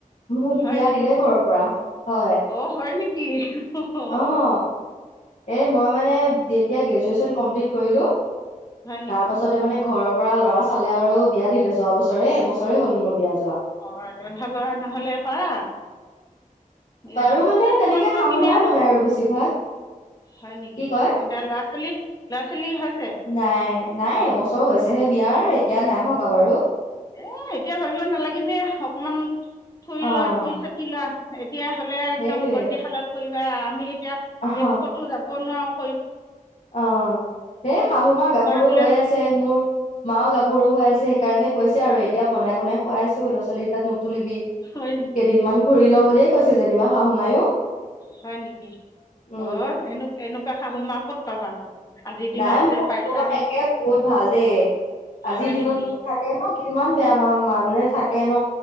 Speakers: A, on the left (about 65°); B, on the left (about 25°).
A: মোক
B: হয়
A: বিয়া
B: নেকি
A: দিলে ঘৰৰ পৰা হয়
B: অঁ হয় নেকি অঁ
A: অ অ এ মই মানে যেতিয়া গ্ৰেজুৱেচন কমপ্লিট কৰিলো
B: হয় নেকি
A: তাৰ পাছতে মানে ঘৰৰ পৰা ল'ৰা ছালে আৰু বিয়া দিলে যোৱা বছৰে এবছৰে হ'ল মোৰ বিয়া যোৱা
B: অ ৰন্ধা বহা নহলে পাৰা এ
A: পাৰু মানে তেনেকে
B: তোমালোকৰ
A: শাহু
B: পিনে
A: মায়ে বনাই আৰু বেছিভাগ।
B: হয় নেকি?
A: কি কয়
B: এতিয়া ল'ৰা-ছোৱালী ল'ৰা-ছোৱালী হৈ
A: নাই। নাই এবছৰ হৈছেহে বিয়াৰ, এতিয়া নাই ভবা বাৰু।
B: এ এতিয়া ভাবিব নালাগে দিয়া, অকমান ফুৰি
A: অ
B: লোৱা, ফুৰি-চাকি লোৱা। <inaudible> তেতিয়া হলে একদম
A: সেইটোৱে
B: বন্দিশালত পৰি বা আমি এতিয়া এ
A: অহ
B: ক'তো যাব নোৱাৰো
A: অ', এই শাহু মা গাভৰু
B: কয় বোলে
A: হৈয়ে আছে, মোৰ মাওঁ গাভৰু হৈ আছে। সেইকাৰণে কৈছে আৰু এতিয়া বনাই-বনাই খোৱাইছো ছোৱালীৰ <inaudible> তুলিবি,
B: হয় নেকি
A: কেইদিনমান ঘূৰি ল' বুলিয়ে কৈছে যেনিবা। শাহু মায়ো।
B: হয় নেকি?
A: উম
B: অ' এনোক, এনো কোৱা শাহু মা ক'ত পাবা আৰু? আজিৰ দিনত
A: নাই
B: যে
A: মোৰ
B: পাইছা
A: তোমাৰ একে বহুত ভাল দেই, আজিৰ
B: হয়
A: দিনতো
B: নেকি
A: থাকে ন? কিমান বেয়া মা মানুহে থাকে ন?